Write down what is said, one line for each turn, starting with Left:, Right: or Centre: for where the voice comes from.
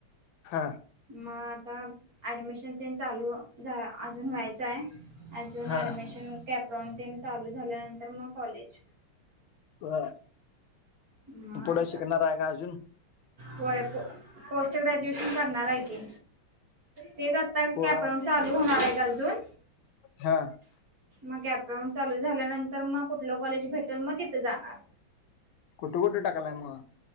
Left: हा
Right: मग आता ॲडमिशन ते चालू अजून व्हायचं आहे अजून
Left: हा
Right: ऍडमिशन कॅप्रोन चालू झाल्यानंतर मग कॉलेज
Left: बर
Right: मग
Left: पुढं
Right: असं
Left: शिकणार आहे का अजून
Right: होय प पोस्ट ग्रॅज्युएशन करणार आहे की तेच आता
Left: हो
Right: कॅपरान चालू होणार आहेत अजून
Left: हा
Right: मग अॅपराऊंड चालू झाल्यानंतर मग कुठलं कॉलेज भेटेल मग तिथे जाणार
Left: कुठं कुठे टाकालाय मग